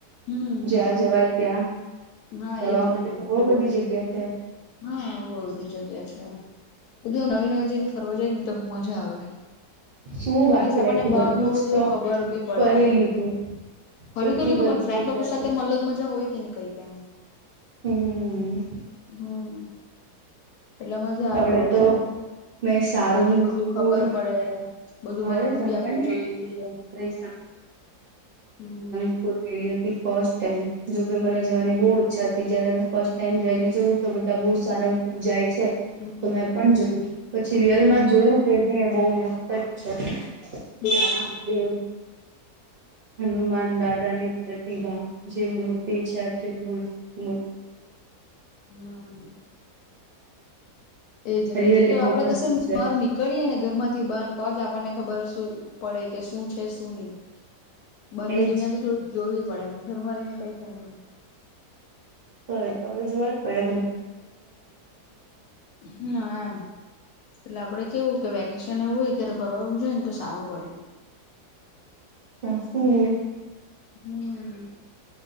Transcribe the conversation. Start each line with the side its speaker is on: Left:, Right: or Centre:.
Left: હમ
Right: જ્યાં જવાય ત્યાં.
Left: હા
Right: ફરવા
Left: એજ
Right: માટે
Left: ને
Right: તો બઉુ બધી જગ્યા છે.
Left: હા બહું બધી જગ્યા છે. બધી આમ નવી નવી જગ્યા ફરવા જાય ને તો મજા આવે.
Right: શું
Left: એટલીસ્ટ
Right: બાકી
Left: આપણને
Right: રાખ્યું
Left: બાર નું બધું
Right: જ તો
Left: ખબર બી પડે
Right: ફરી
Left: એમ.
Right: લીધું
Left: ફરી
Right: કેટલી
Left: તો લીધું
Right: બધી
Left: પણ ફ્રેન્ડ
Right: જગ્યા
Left: લોકો સાથેમા
Right: તો
Left: અલગ મજા હોય કે નહીં કઈ એમ.
Right: હમ્મ.
Left: હમ્મ. એટલે મજા
Right: હવે
Left: આવે
Right: તો મેં સારંગપુર
Left: આપણને બધું ખબર પડે. બધું બહાર
Right: અરે
Left: નું
Right: સાંભળને
Left: બી આપડે જોઈ લઈએ
Right: અરે
Left: હમ્મ
Right: <unintelligible> ગેલી હતી ફર્સ્ટ ટાઈમ જોકે મને જવાની બહુ ઈચ્છા હતી જયારે મે ફર્સ્ટ ટાઈમ જઈને જોયુ તો બધા બહુ
Left: હમ
Right: સારંગપુર જાય છે,
Left: હમ
Right: તો મેં પણ
Left: હમ
Right: જોયું. પછી રિયલમાં જોયું કે નહી એ બહું મસ્ત જ
Left: હમ
Right: છે હા એવું હનુમાન દાદાની પ્રતિભા જે મૂર્તિ છે, આટલી મસ્ત. <inaudible>
Left: હમ એ જ નહી,
Right: રિયલી
Left: એટલે તો
Right: બહુ
Left: આપડે
Right: મસ્ત
Left: કશે
Right: છે
Left: માર <unintelligible> કરીએ ને ઘર માંથી બહાર તો જ આપણને ખબર પડે કે શું છે શું નહીં. બંની
Right: એજ
Left: દુનિયા ભી થોડીક જોવી પડે ઘરમારીને કઈ થાય નહી
Right: <unintelligible> જો આપડે
Left: હમ એમ એટલે આપડે કેવું કે વેકેશન એવુંય અત્યારે ફરવાવું જોઈ ને તો સારું પડે
Right: <unintelligible>
Left: હમ્મ